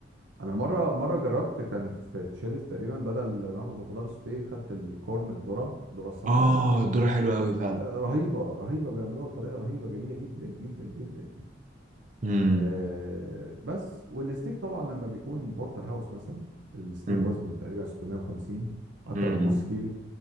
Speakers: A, on the right; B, on the right.
A: انا مرة مرة جربت كان في تشيلس تقريبا بدل ما اخد الخضار سوتيه خدت الكورن الذرة الذرة الصفراء
B: آه الذرة حلوة أوي فعلا
A: آه رهيبة رهيبة بيعملوها بطريقة رهيبة جميلة جدا جدا جدا يعني.
B: مم.
A: آه، بس والستيك طبعا لما بيكون بورتر هاوس مثلا الستيك
B: مم.
A: وزنه تقريبا 650 اكتر
B: مم.
A: من نص كيلو